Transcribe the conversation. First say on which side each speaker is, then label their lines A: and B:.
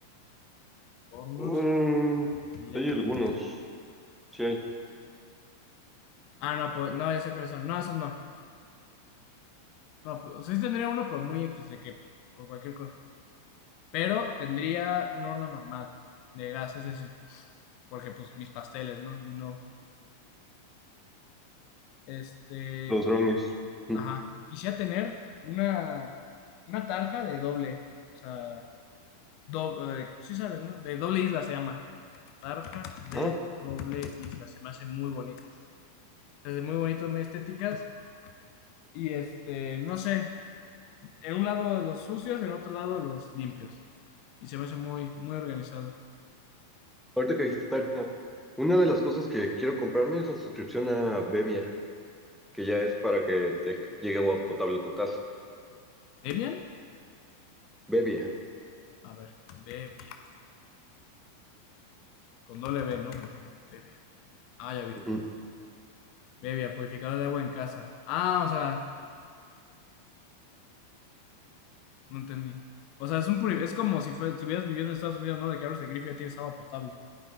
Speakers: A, on the left; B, in the centre.
A: Hornos
B: mm, sí,
A: eléctricos.
B: hay algunos. Sí hay.
A: Ah, no, pues no, ya sé cuáles son. No, esos no. No, pues, sí tendría uno, pero muy X de que pues, por cualquier cosa. Pero tendría un horno normal de gas, ese sí. Porque pues mis pasteles, ¿no? You know. Este,
B: Los drones. Mm.
A: Ajá. Quisiera tener una, una tarja de doble. O sea, doble, sí sabes, ¿no? De doble isla se llama. Tarja de
B: Ah,
A: doble isla. Se me hace muy bonito. Se hace muy bonitas, muy estéticas. Y este, no sé. En un lado los sucios, en otro lado los limpios. Y se me hace muy, muy organizado.
B: Ahorita que dijiste Tanjab, una de las cosas que quiero comprarme es la suscripción a Bebia, que ya es para que te llegue agua potable a tu casa.
A: ¿Debian?
B: Bebia.
A: A ver, Bebia. Con doble B, ¿no? Me imagino. Bebia. Ah, ya vi.
B: Ujú.
A: Bebia, purificador de agua en casa. Ah, o sea. No entendí. O sea, es un pri- es como si fue, estuvieras viviendo en Estados Unidos, ¿no? De que abres el grifo y ya tienes agua potable.